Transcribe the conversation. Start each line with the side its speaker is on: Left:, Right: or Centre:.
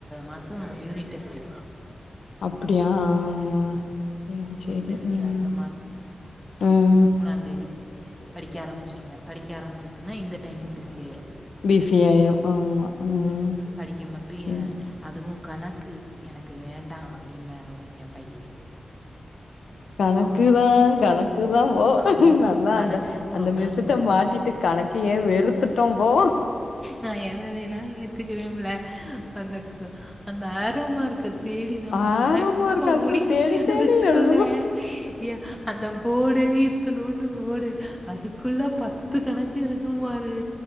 Centre: மாசம் ஆ யூனிட் டெஸ்ட்டு
Left: அப்படியா அ உ ம் ச்சேரி ச்சேரி
Centre: யூனிட் டெஸ்ட்டு
Left: ம்
Centre: அடுத்த
Left: ம்
Centre: உதவி படிக்க ஆரம்பிச்சிருங்க படிக்க ஆரம்பங் <unintelligible> இந்த டைமும் பிசியாயிரும்
Left: பிசி ஆயிரும் ஆமா ம்
Centre: படிக்க மட்டும்
Left: ச்சேரி
Centre: என் அதுவும் கணக்கு எனக்கு வேண்டாம் அப்படிமாரும் என் பையன்
Left: கணக்குதா
Centre: அவனுக்கும்
Left: கணக்குதா போ
Centre: அவனுக்கும்
Left: நல்லா
Centre: கணக்குக்கும்
Left: அந்த அந்த
Centre: ரொம்ப
Left: மிஸ்ட்ட
Centre: தூரம்
Left: மாட்டிட்டு கணக்கையே வெறுத்துட்டோ போ
Centre: நான் எதை வேணா ஏத்துக்குவேம்ல அதுக்கு அந்த ஆரோ மார்க் தேடி நம்ம
Left: ஆரமா
Centre: கணக்க
Left: இருக்கு அது
Centre: முடிக்கிறதுக்குள்ளே
Left: தேடி தேடி எழுதணு
Centre: ஏ அந்த போடே நோண்டும் போது அதுக்குள்ள பத்து கணக்கு இருக்கும் பாரு